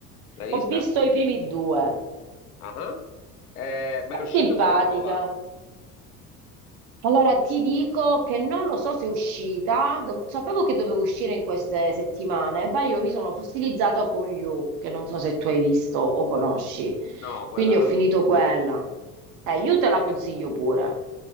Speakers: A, on the left; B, on the right.
A: L'hai
B: Ho
A: vista?
B: visto i primi due.
A: Ah. Eh, ma è uscita
B: Simpatica.
A: quella nuova?
B: Allora ti dico che non lo so se è uscita, do- sapevo che dovevo uscire in queste settimane, beh io mi sono fossilizzata con You, che non so se tu hai visto o conosci,
A: No,
B: quindi
A: quella là
B: ho finito
A: no.
B: quella. Eh,
A: Ok.
B: You te la consiglio pure.